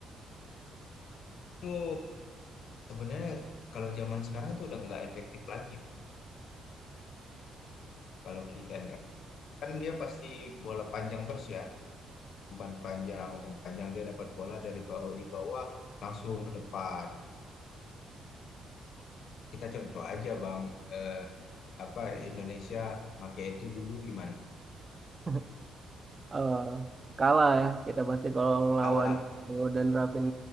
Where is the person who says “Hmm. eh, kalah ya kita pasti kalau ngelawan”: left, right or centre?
Right